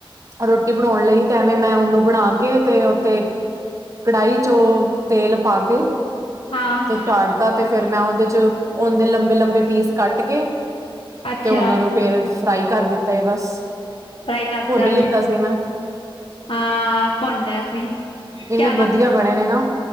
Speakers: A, on the right; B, on the left.
A: ਰੋਟੀ ਬਣਾਉਣ ਲਈ ਤਾਂ ਐਵੇਂ ਮੈਂ ਉਹਨੂੰ ਬਣਾ ਕੇ ਤੇ ਉ ਤੇ, ਕੜਾਹੀ'ਚੋਂ ਤੇਲ ਪਾ ਕੇ
B: ਹਾਂ
A: ਤੇ ਚਾੜਤਾ ਤੇ ਫੇਰ ਮੈਂ ਉਹਦੇ'ਚ, ਉਹਦੇ ਲੰਬੇ-ਲੰਬੇ ਪੀਸ ਕੱਟ ਕੇ
B: ਅੱਛਾ
A: ਤੇ ਉਹਨਾਂ ਨੂੰ ਫੇਰ ਫਰਾਈ ਕਰ ਦਿੱਤਾ ਹੈ, ਬਸ
B: ਫਰਾਈ ਕਰਤਾ
A: ਭੁੰਨ ਲਿੱਤਾ ਸੀ ਮੈਂ।
B: ਹਾਂ। ਭੁੰਨ ਲਿਆ ਸੀ
A: ਇੰਨੇ
B: ਜਾਣਾ
A: ਵਧੀਆ
B: ਫਿਰ
A: ਬਣੇ ਨੇ ਨਾ,